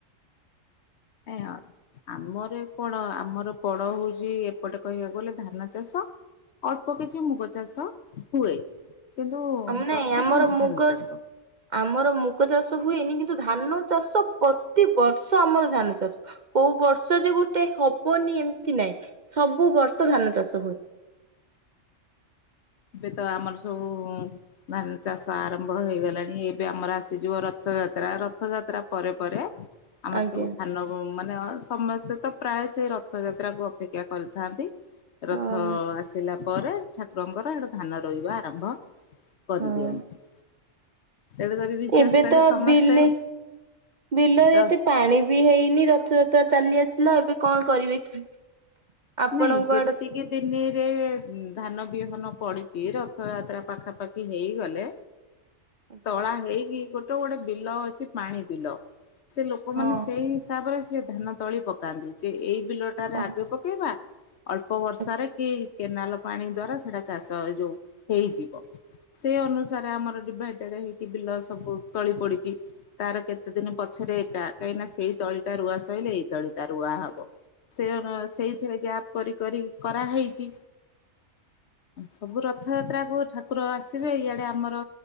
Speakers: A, on the left (about 65°); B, on the right (about 45°).
A: ଆଉ। ଆମର କଣ ଆମର ପଡ ହଉଛି ଏପଟେ କହିବାକୁ ଗଲେ ଧାନ ଚାଷ। ଅଳ୍ପ କିଛି ମୁଗ ଚାଷ ହୁଏ। କିନ୍ତୁ
B: ମାନେ
A: ପ୍ରଥମ
B: ଆମର ମୁଗ
A: ଧାନ ଚାଷ
B: ଆମର ମୁଗ ଚାଷ ହୁଏନି, କିନ୍ତୁ ଧାନ ଚାଷ ପ୍ରତି ବର୍ଷ ଆମର ଧାନ ଚାଷ କୋଉ ବର୍ଷ ଯେ ଗୋଟେ ହବନି। ଏମିତି ନାଇଁ ସବୁ ବର୍ଷ ଧାନ ଚାଷ ହୁଏ।
A: ଏବେ ତ ଆମର ସବୁ ଧାନ ଚାଷ ଆରମ୍ଭ ହେଇଗଲାଣି, ଏବେ ଆମର ଆସିଯିବ ରଥଯା ତ୍ରା, ରଥଯାତ୍ରା ପରେ ପରେ ଆମର
B: ଆଜ୍ଞା
A: ସବୁ ଧାନ ମା ମାନ ସମସ୍ତେ ତ ପ୍ରାୟ ସେ ରଥଯାତ୍ରାକୁୁ ଅପେକ୍ଷା କରିଥାନ୍ତି। ରଥ
B: ହଁ
A: ଆସିଲା ପରେ ଠାକୁରଙ୍କର, ଏଟା ଧାନ ରୋଇବା ଆରମ୍ଭ କରିଦିଅନ୍ତି।
B: ହଁ।
A: ତେଣୁକରି ବିଶେଷ
B: ଏବେ
A: କରି
B: ତ
A: ସମସ୍ତେ
B: ବିଲ ବିଲରେ
A: ର
B: ଏତେ ପାଣି ବି ହେଇନି ରଥଯ ତ୍ରା ଚାଲି ଆସିଲା ଏବେ କଣ କରିବେ କି? ଆପଣଙ୍କ
A: ନାଇଁ ଯେତିକି
B: ଆଡେ
A: ଦିନିରେ ଧାନ ବିହନ ପଡିଛି, ରଥଯାତ୍ରା ପାଖାପାଖି ହେଇଗଲେ
B: ଆଜ୍ଞା।
A: ତଳା ହେଇକି, ଗୋଟେ ଗୋଟେ ବିଲ ଅଛି ପାଣି ବିଲ। ସେ ଲୋକମାନେ
B: ହଁ
A: ସେଇ ହିସାବରେ ସେ ଧାନ ତଳି ପକାନ୍ତି। ଯେ ଏଇ ବିଲଟାରେ
B: ହଁ
A: ଆଗେ ପକେଇବା ଅଳ୍ପ ବର୍ଷାରେ
B: ଆଜ୍ଞା
A: କି କେନାଲ ପାଣି ଦ୍ଵାରା ସେଟା ଚାଷ ଏ ଯୋଉ ହେଇଯିବ। ସେ ଅନୁସାରେ ଆମର ଡିଭାଇଡ ହେଇକି ବିଲ ସବୁ ତଳି ପଡିଛି, ତାର କେତେ ଦିନ ପଛ ଏଟା କାହିଁକିନା ସେଇ ଦଳିଟା ରୁଆ ସଇଲେ ଏଇ ଦଳିଟା ରୁଆ ହବ। ସେ ସେଇ ଏଥିରେ ଗ୍ୟାପ କରି କରି କରାହେଇଛି। ସବୁ ରଥଯାତ୍ରାକୁ ଠାକୁର ଆସିବେ, ଏଇଆଡେ ଆମର